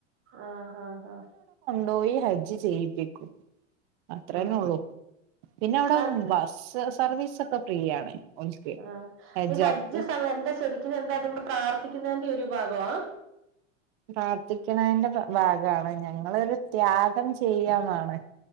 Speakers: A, on the right; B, on the right.
A: ആഹ് ഹാ ഹാ
B: പോയി ഹജ്ജ് ചെയ്യിപ്പിക്കും അത്രേന്നേ
A: ഉം
B: ഒള്ളു പിന്നെ ഔടെ
A: അത്
B: ബസ്സ് സർവീസ് ഒക്കെ ഫ്രീ ആണ് ഓൽക്ക്
A: ആഹ്
B: ഹജ്ജാര്ക്ക്.
A: ഈ ഹജ്ജ് സമയം എന്താ ശരിക്നും എന്താ അത് പ്രാർത്ഥിക്ക്ന്നതിന്റെ ഒരു ഭാഗാ?
B: പ്രാർത്ഥിക്കണേൻ്റെ ഭാ ഭാഗാണ് ഞങ്ങളൊരു ത്യാഗം ചെയ്യാന്നാണ്